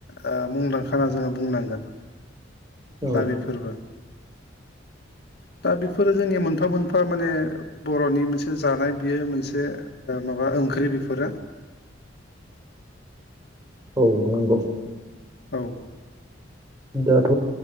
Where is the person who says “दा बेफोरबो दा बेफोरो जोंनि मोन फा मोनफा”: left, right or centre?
Left